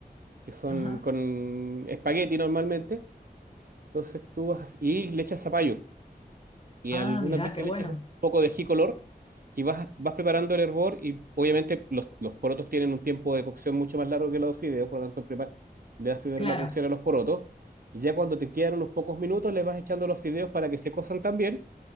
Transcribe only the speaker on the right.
que son
con espagueti normalmente. Entonces tú vas y le echas zapallo. Y
algunas
veces
le echas un poco de ají color y vas, vas preparando el hervor. Y obviamente los, los porotos tienen un tiempo de cocción mucho más largo que los fideos, por lo tanto prepar- le das primero
la cocción a los porotos. Y ya cuando te quedan unos pocos minutos, les vas echando los fideos para que se cosan también